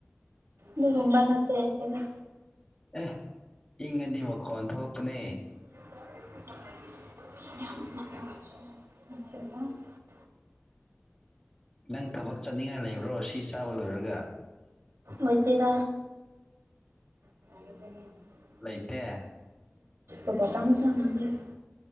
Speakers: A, on the right; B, on the left.
A: ꯑꯗꯨꯒꯨꯝꯕ ꯅꯠꯇꯦ ꯑꯩꯈꯣꯢ
B: ꯑꯦ ꯏꯪꯉꯗꯤ ꯃꯈꯣꯟ ꯊꯣꯛꯄꯅꯦ
A: <unintelligible> <unintelligible>
B: ꯅꯪ ꯊꯕꯛ ꯆꯠꯅꯤꯡꯉꯥꯏ ꯂꯩꯕ꯭ꯔꯣ ꯁꯤ ꯆꯥꯕ ꯂꯣꯏꯔꯒ
A: ꯍꯩꯇꯦꯗ <unintelligible>
B: ꯂꯩꯇꯦ
A: ꯏ ꯄꯇꯥ ꯉ ꯆ ꯉꯪꯦ <unintelligible> <inaudible>